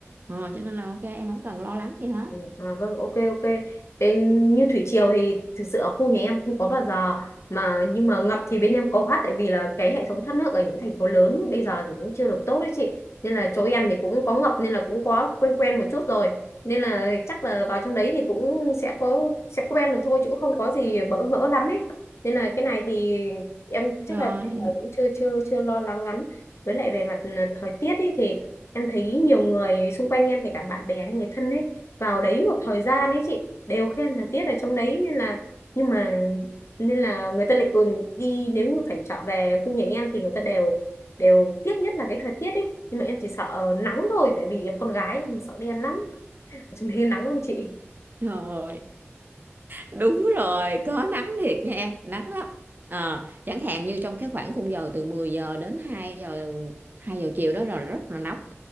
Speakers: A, on the right; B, on the left.
A: Ờ, cho nên là ok em không cần lo lắng gì hết.
B: Ừ, À, vâng, ok, ok. Bên như thủy triều thì thực sự ở khu nhà em không có bao giờ mà nhưng mà ngập thì bên em có hát tại vì là cái hệ thống thoát nước ở những thành phố lớn bây giờ thì cũng chưa được tốt đấy chị. Nên là chỗ em thì cũng có ngập nên là cũng có quen quen một chút rồi. Nên là chắc là vào trong đấy thì cũng sẽ có sẽ quen được thôi chứ cũng không có gì bỡ ngỡ lắm ấy. Nên là cái này thì em chắc
A: Rồi,
B: là cũng chưa chưa chưa lo lắng lắm. Với lại về mặt ờ, thời tiết ấy thì em thấy nhiều người xung quanh em kể cả bạn bè hay người thân ấy vào đấy một thời gian ấy chị đều khen thời tiết ở trong đấy nên là nhưng mà nên là người ta lại còn đi nếu như phải trở về khu nhà em thì người ta đều đều tiếc nhất là cái thời tiết ấy nhưng mà em chỉ sợ nắng thôi tại vì em con gái em sợ đen lắm ở trong đấy nắng không chị
A: rồi. Đúng rồi, có nắng thiệt nha em, nắng lắm. Ờ, chẳng hạn như trong cái khoảng khung giờ từ 10 giờ đến hai giờ hai giờ chiều đó rồi rất là nóng